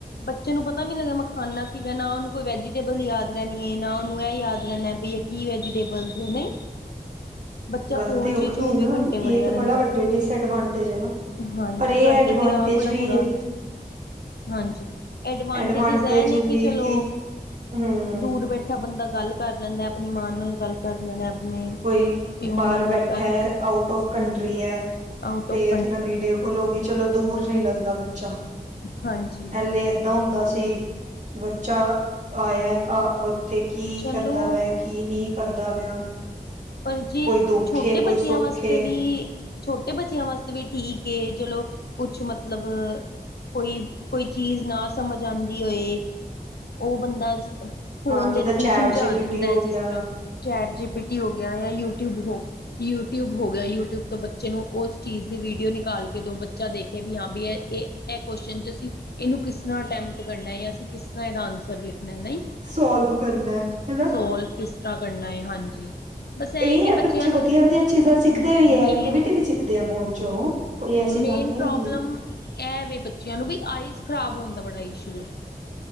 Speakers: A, on the left; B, on the right.
A: ਬੱਚੇ ਨੂੰ ਪਤਾ ਨੀ ਲੱਗਾ ਮੈਂ ਖਾਣਾ ਕਿਵੇਂ ਨਾ ਉਹਨੂੰ ਕੋਈ ਵੈਜੀਟੇਬਲ ਯਾਦ ਰਹਿਣੀ ਹੈ ਨਾ ਉਹਨੂੰ ਇਹ ਯਾਦ ਰਹਿਣਾ ਬੀ ਕੀ ਵੈਜੀਟੇਬਲਸ ਨੇ ਬੱਚਾ
B: ਗੱਲ
A: ਫੋਨ
B: ਤੇ ਉਹੀ
A: 'ਚ ਹੀ ਚੌਵੀ
B: ਹੈ ਨਾ
A: ਘੰਟੇ
B: ਇਹ
A: ਵੜਿਆ
B: ਤੇ
A: ਰਹਿੰਦਾ
B: ਬੜਾ ਵੱਡੇ ਡਿਸਐਡਵਾਂਟੇਜ ਹੈ ਨਾ
A: ਹਾਂਜੀ
B: ਪਰ ਇਹ
A: ਸਾਡੇ
B: ਐਡਵਾਂਟੇਜ
A: ਤੇ ਆਹ ਬੜਾ
B: ਵੀ
A: ਬੁਰਾ
B: ਇਹਦੀ
A: ਹਾਲ ਹਾਂਜੀ ਐਡਵਾਂਟੇਜਿਸ
B: ਐਡਵਾਂਟੇਜ
A: ਇਹ ਨੇ ਕਿ
B: ਵੀ
A: ਚਲੋ
B: ਹਮ
A: ਦੂਰ ਬੈਠੇ ਇ ਬੈਠਾ ਬੰਦਾ ਗੱਲ ਕਰ ਲੈਂਦਾ ਆਪਣੀ ਮਾਂ ਨਾਲ ਗੱਲ ਕਰ ਲੈਣਾ ਆਪਣੇ
B: ਕੋਈ
A: ਪਿਓ
B: ਬਾਹਰ
A: ਨਾਲ
B: ਬੈਠਾ
A: ਗੱਲ ਕਰ
B: ਹੈ
A: ਲੈਂਦਾ
B: ਆਊਟ ਆਫ ਕੰਟਰੀ
A: ਹਮ
B: ਹੈ
A: ਆਊਟ
B: ਤੇ
A: ਔਫ
B: ਨਾਲ ਵੀਡੀਓ ਕੋਲ ਹੋ ਗਈ ਚਲੋ ਦੂਰ ਨਹੀਂ ਲੱਗਦਾ ਬੱਚਾ
A: ਹਾਂਜੀ
B: ਪੈਲੇ ਏਦਾਂ ਹੁੰਦਾ ਸੀ ਕਿ ਬੱਚਾ ਆਇਆ ਘ ਤੇ ਕੀ
A: ਚਲੋ
B: ਕਰਦਾ ਵਾ ਕੀ ਨਹੀਂ ਕਰਦਾ ਪਿਆ
A: ਪਰ ਜੇ
B: ਕੋਈ ਦੁੱਖ
A: ਛੋਟੇ
B: ਏ
A: ਬੱਚਿਆਂ
B: ਕੋਈ ਸੁੱਖ
A: ਵਾਸਤੇ
B: ਏ
A: ਵੀ ਛੋਟੇ ਬੱਚਿਆਂ ਵਾਸਤੇ ਵੀ ਠੀਕ ਏ ਚਲੋ ਕੁਛ ਮਤਲਬ ਕੋਈ ਕੋਈ ਚੀਜ਼ ਨਾ ਸਮਝ ਆਂਦੀ ਹੋਏ ਉਹ ਬੰਦਾ ਫੋਨ
B: ਹਾਂ ਜਿੱਦਾਂ
A: ਦੇ ਥਰੂ
B: ਚੈਟ
A: ਸਮਝਾ
B: ਜੀ
A: ਦਿੰਦਾ
B: ਪੀ ਟੀ ਹੋ
A: ਹੈ
B: ਗਿਆ
A: ਜਿਸ ਤਰ੍ਹਾਂ ਚੈਟ ਜੀ ਪੀ ਟੀ ਹੋ ਗਿਆ ਜਾਂ ਯੂਟਿਊਬ ਹੋ ਯੂਟਿਊਬ ਹੋ। ਗਿਆ ਯੂਟਿਊਬ ਤੋਂ ਬੱਚੇ ਨੂੰ ਉਸ ਚੀਜ਼ ਦੀ ਵੀਡੀਓ ਨਿਕਾਲ ਕੇ ਦੋ ਬੱਚਾ ਦੇਖੇ ਵੀ ਹਾਂ ਵੀ ਇਹ ਇਹ ਇਹ ਕੋਸ਼ਚਨ 'ਚ ਅਸੀਂ ਇਹਨੂੰ ਕਿਸ ਤਰ੍ਹਾਂ ਅਟੈਂਪਟ ਕਰਨਾ ਜਾਂ ਅਸੀਂ ਕਿਸ ਤਰ੍ਹਾਂ ਦਾ ਆਨਸਰ ਲਿਖਣਾ ਹੈ। ਨਈ
B: ਸੋਲਵ ਕਰਨਾ ਹਨਾ
A: ਸੋਲਵ ਕਿਸ ਤਰ੍ਹਾਂ ਕਰਨਾ ਏ ਹਾਂਜੀ। ਬਸ
B: ਇਹ
A: ਕਿ
B: ਹੈ
A: ਬੱਚਿਆਂ
B: ਬੱਚੇ
A: ਨੂੰ
B: ਵਧੀਆ ਵਧੀਆ ਚੀਜ਼ਾਂ ਸਿੱਖਦੇ ਵੀ
A: ਮੇਨ
B: ਹੈ ਐਕਟੀਵਿਟੀ ਵੀ ਸਿੱਖਦੇ ਆ ਫੋਨ ਚੋਂ ਕੋਈ ਐਸੀ
A: ਮੇਨ
B: ਗੱਲ ਨਹੀਂ
A: ਪ੍ਰੋਬਲਮ
B: ਹੈਗੀ
A: ਇਹ ਵ ਬੱਚਿਆਂ ਨੂੰ ਵੀ ਆਈਜ਼ ਖ਼ਰਾਬ ਹੋਣ ਦਾ ਬੜਾ ਇਸ਼ੂ ਹੈ।